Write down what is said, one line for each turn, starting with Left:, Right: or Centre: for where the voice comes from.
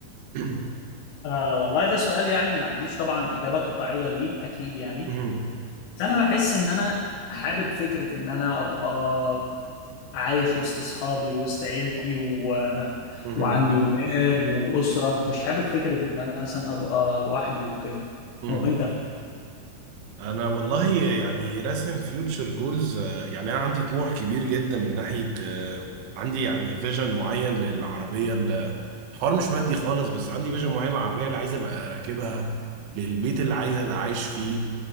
Right: <clears throat>
Left: آه والله ده سؤال يعني ما عنديش طبعا اجابه قطعيه ليه اكيد يعني
Right: مهم.
Left: بس انا بحس ان انا حابب فكره ان انا ابقى عايش وسط اصحابي ووسط عيلتي و...
Right: مهم.
Left: وعندي ولاد واسره مش حابب فكره ان انا مثلا ابقى لوحدي وكده
Right: مهم.
Left: وانت
Right: انا والله يعني راسم فيوتشر جولز يعني انا عندي طموح كبير جدا من ناحيه آه، عندي يعني فيجن معين للعربيه ال- الحوار مش مادي خالص بس عندي فيجن معين للعربيه اللي عايز ابقى راكبها للبيت اللي عايز ابقى عايش فيه